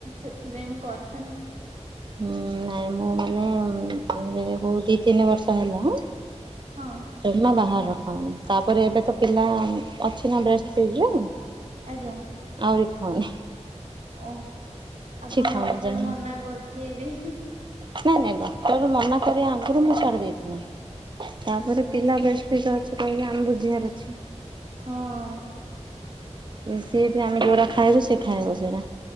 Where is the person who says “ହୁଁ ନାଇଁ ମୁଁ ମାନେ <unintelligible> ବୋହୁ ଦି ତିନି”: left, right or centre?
Right